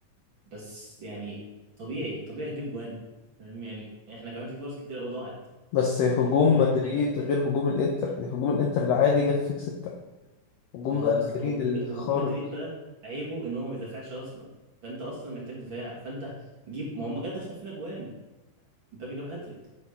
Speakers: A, on the right; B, on the left.
A: بس يعني طبيعي طبيعي تجيب جوان فاهم يعني احنا كمان في فرص كتير قوي ضاعت
B: بس هجوم
A: في فرص
B: مدريد
A: كتير قوي
B: غير هجوم الإنتر يعني هجوم الإنتر العادي جاب فيك ستة هجوم
A: ما هو
B: بقى
A: بز...
B: مدريد
A: هو هجوم
B: الخارق
A: هجوم مدريد بقى عيبه ان هو ما بيدافعش اصلا فانت اصلا محتاج دفاع فانت جيب ما هم جد دخل فينا جوان مبابي جاب هاتريك